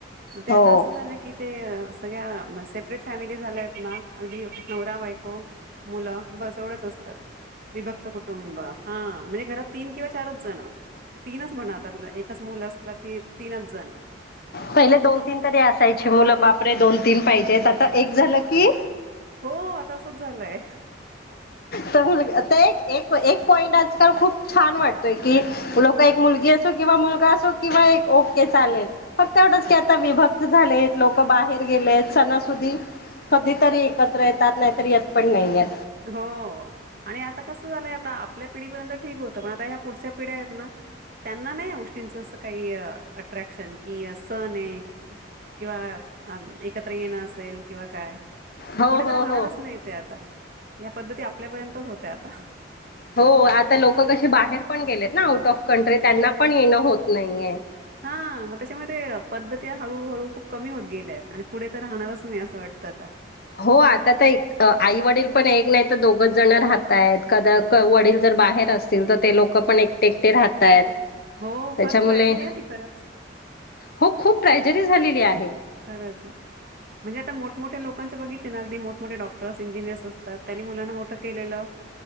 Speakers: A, on the right; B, on the left.
A: मग ते
B: हो
A: आता असं झालं की ते सगळ्या म सपरेट फॅमिली झाल्या आहेत ना अगदी नवरा बायको मुलं बस एवढच असतात. विभक्त कुटुंब हा म्हणजे घरात तीन किंवा चारच जण. तीनच म्हणातलं एकच मुलं असलं की तीनच जण.
B: पहिले दोन तीन तरी असायची मुलं बापरे दोन तीन पाहिजेत आता एक झालं की
A: हो आता असंच झालंय.
B: तर मुल एक एक. पॉईंट आजकाल खूप छान वाटतोय की लोक एक मुलगी असो किंवा मुलगा असो किंवा एक ओके. चालेल, फक्त एवढ की आता विभक्त झाले लोक बाहेर गेले आहेत सणासुदी कधीतरी एकत्र येतात नाहीतरी येत पण नाही य.
A: हो आणि आता कसं झालंय आता आपल्या पिढीपर्यंत ठीक होतं पण आता ह्या पुढच्या पिढ्या आहेत ना. त्यांना नाही या उष्टींच अस काही अट्रॅक्शन कि सण आहे. किंवा एकत्र येणं असेल किंवा काय.
B: हो
A: पुढे
B: हो
A: तर राहणारच
B: हो
A: नाही ते आता. प ते आपल्यापर्यंतच होत आता.
B: हो आता लोक कशी बाहेर पण गेलेत ना आऊट ऑफ कंट्री त्यांना पण येणं होत नाहीये.
A: हा मग त्याच्यामध्ये पद्धत हळूहळू खूप कमी होत गेल्यात आणि पुढे तर राहणारच नाही असं वाटतं. त आता.
B: हो आता तर एक आई वडील पण एक नाही तर दोघच जण राहतय आहेत कदा वडील. बाहेर असतील तर ते लोक पण एकटे एकटे राहत आहेत.
A: हो
B: त्याच्यामुळे
A: फार ट्रॅजेडी आहे ती खरंच.
B: हो खूप ट्राजीडी झालेली आहे
A: खराच ना. म्हणजे आता मोठमोठ्या लोकांचे बघितले ना अगदी मोठमोठे डॉक्टर्स इंजिनियर्स असतात त्यांनी मुलांना मोठं केलं.